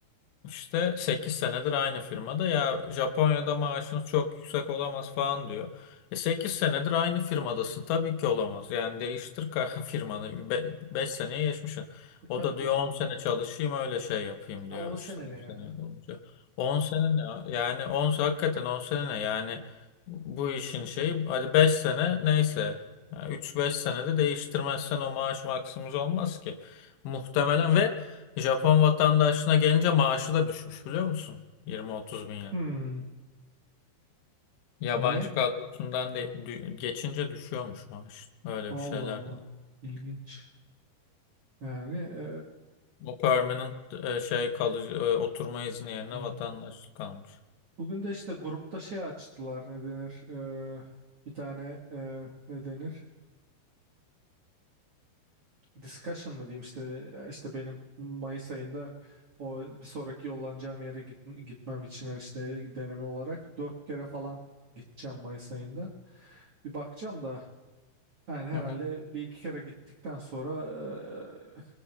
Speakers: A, on the left (about 80°); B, on the right (about 70°).
A: İşte 8 senedir aynı firmada ya Japonya'da maaşınız çok yüksek olamaz falan diyor. E 8 senedir aynı firmadasın tabii ki olamaz. Yani değiştir ka- <laughs> firmanı 5 seneye geçmişsin.
B: E, tabii
A: O da
B: tabii
A: diyor 10
B: tabii.
A: sene çalışayım öyle şey yapayım
B: Ha,
A: diyor
B: 10
A: işte
B: sene
A: 10
B: ne ya?
A: sene olunca. 10 sene ne? Yani on se- hakikaten 10 sene ne? Yani bu işin şeyi hadi 5 sene neyse. Yani 3-5 senede değiştirmezsen o maaş maksimum olmaz ki. Muhtemelen ve Japon vatandaşına gelince maaşı da düşmüş biliyor musun? Yirmi otuz bin yen.
B: Hmm,
A: Yabancı
B: niye?
A: kadrosundan de dü- geçince düşüyormuş maaş. Öyle
B: Allah
A: bir şeyler.
B: Allah. İlginç. Yani e,
A: O permanent e, şey kalıcı e, oturma izni yerine
B: hmm.
A: vatandaşlık kalmış.
B: Bugün de işte grupta şey açtılar ne denir? E, bir tane e, ne denir? discussion mı diyeyim işte işte benim Mayıs ayında o bir sonraki yollanacağım yere git, gitmem için hani işte deneme olarak dört kere falan gideceğim Mayıs ayında. Bir bakacağım da yani herhalde
A: Hı hı.
B: bir iki kere gittikten sonra eee,